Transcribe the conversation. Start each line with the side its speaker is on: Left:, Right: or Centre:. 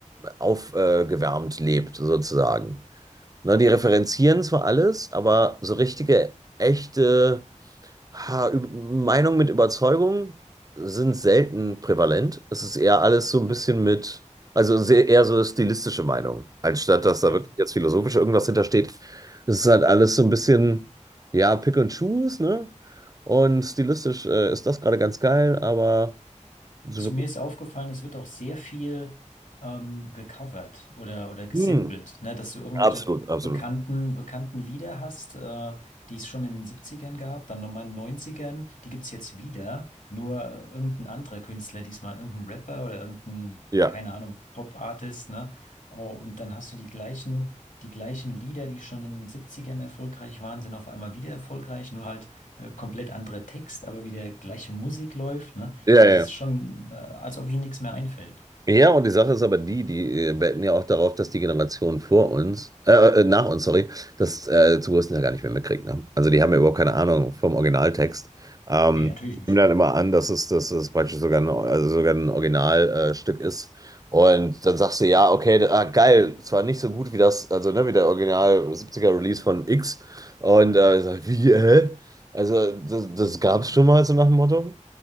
Right: aufgewärmt äh, gewärmt lebt, sozusagen. Ne, die referenzieren zwar alles, aber so richtige, echte. Ha, Ü- Meinung mit Überzeugung sind selten prävalent. Es ist eher alles so ein bisschen mit, also sehr, eher so stilistische Meinung, anstatt dass da
Left: Ja.
Right: wirklich jetzt philosophisch irgendwas hintersteht. Es ist halt alles so ein bisschen, ja, Pick and Choose, ne? Und stilistisch äh, ist das gerade ganz geil, aber so
Left: Es,
Right: wirklich.
Left: mir ist aufgefallen, es wird auch sehr viel ähm, gecovert oder, oder gesampelt,
Right: Hm,
Left: ne? Dass du irgendwelche
Right: absolut, absolut.
Left: bekannten, bekannten Lieder hast, äh, die es schon in den Siebzigern gab, dann nochmal in den Neunzigern, die gibt's jetzt wieder, nur äh, irgendein anderer Künstler, diesmal irgendein Rapper oder irgendein,
Right: Ja.
Left: keine Ahnung, Pop-Artist, ne? Oh, und dann hast du die gleichen, die gleichen Lieder, die schon in den Siebzigern erfolgreich waren, sind auf einmal wieder erfolgreich, nur halt äh, komplett anderer Text, aber wieder gleiche Musik läuft, ne?
Right: Ja,
Left: Also
Right: ja. ja.
Left: es ist schon, äh, als ob ihm nichts mehr einfällt.
Right: Ja, und die Sache ist aber die, die äh, wetten ja auch darauf, dass die Generation vor uns, äh, äh, nach uns, sorry, das äh, zum größten Teil gar nicht mehr mitkriegt. Ne? Also die haben ja überhaupt keine Ahnung vom Originaltext. Ähm,
Left: Nee, natürlich nicht.
Right: nehmen dann immer an, dass es, dass es praktisch sogar ein, also sogar ein Originalstück äh, Stück ist. Und dann sagst du, ja, okay, ah, geil, zwar nicht so gut wie das, also ne, wie der Original 70er Release von X. Und äh, ich sag, wie, hä? Also das, das gab es schon mal so nach dem Motto.